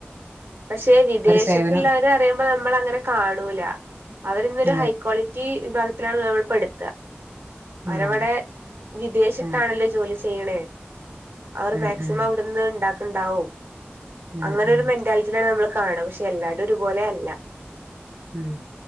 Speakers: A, on the right; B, on the right.
A: പക്ഷെ വിദേശത്ത്ള്ളവരെ
B: സേവനം
A: പറയുമ്പോ നമ്മൾ അങ്ങനെ കാണൂല അവര് ഇന്നൊരു
B: അതെ
A: ഹൈ ക്വാളിറ്റി വിഭാഗത്തിലാണ് നമ്മൾ പെട്ത്ത ഓരവടെ
B: ആഹ്
A: വിദേശത്താണല്ലോ
B: ഉം
A: ജോലി ചെയ്യ്ണേ
B: ഉം
A: അവർ മാക്സിമം
B: ഉം ഉം
A: അവ്ട്ന്ന് ഇണ്ടാക്ക്ണ്ടാവും
B: ഉം
A: അങ്ങനെ
B: ഉം
A: ഒരു മെന്റാ ലാണ് നമ്മള് കാണ പക്ഷെ എല്ലാരു ഒരുപോലെ അല്ല
B: ഉം